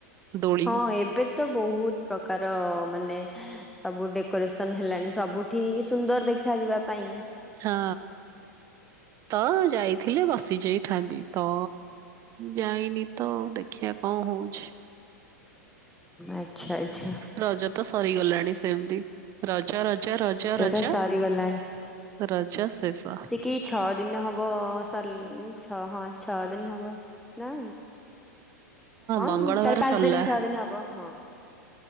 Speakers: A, on the right; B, in the centre.
A: ଦୋଳି
B: ହଁ ଏବେ ତ ବହୁତ ପ୍ରକାର ମାନେ ସବୁ ଡେକୋରେସନ ହେଲାଣି ସବୁଠି ସୁନ୍ଦର ଦେଖା ଯିବା ପାଇଁ।
A: ହଁ। ତ ଯାଇଥିଲେ ବସିଯାଇଥାନ୍ତି ତ ଯାଇନି ତ ଦେ ଦେଖିଆ କଣ ହଉଛି।
B: ଆଚ୍ଛା ଆଚ୍ଛା।
A: ରଜ ତ ସରିଗଲାଣି ସେମତି। ରଜ ରଜ ରଜ ରଜ
B: ତ ସରିଗଲାଣି।
A: ରଜ ଶେଷ।
B: କି ଛଅ ଦିନ ହବ ସରଲ ଛଅ ହଁ ଛଅ ଦିନ ହବ ନା। ହଁ
A: ମଙ୍ଗଳବାର
B: ଉଁ ଚାରି ପାଞ୍ଚ
A: ସରିଲା।
B: ଦିନ ଛଅ ଦିନ ହବ ହଁ।